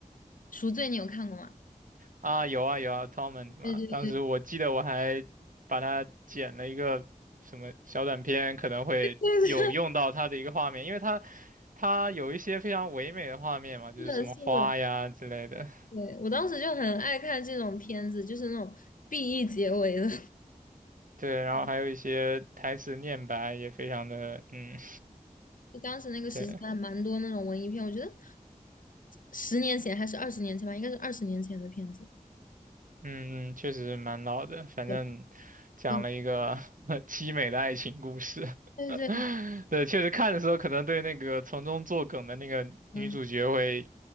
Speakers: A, on the left (about 70°); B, on the right (about 70°).
A: 赎罪你有看过吗？
B: 啊，有啊有啊，Torment
A: 对对对对
B: 嘛，当时我记得我还把它剪了一个什么小短片，可能会有用到它的一个画面，
A: 对，<laughs> 是
B: 因为它它有一些非常唯美的画面嘛，就是什么花呀之类的，
A: 的，是的，对，我当时就很爱看这种片子，就是那种 BE 结尾的。
B: 对，然后还有一些台词念白也非常的，
A: <laughs>
B: 嗯，
A: 就当时那个时期还蛮多那种文艺片，
B: 对。
A: 我觉得十年前还是二十年前吧，应该是二十年前的片子。
B: 嗯，嗯确实蛮老的，反正
A: 对
B: 讲了一个
A: 对
B: <laughs> 凄美的爱情故事。
A: 对对，
B: <laughs> 对，确实看的时候可能对那个从中作梗的那个女主角会
A: 嗯，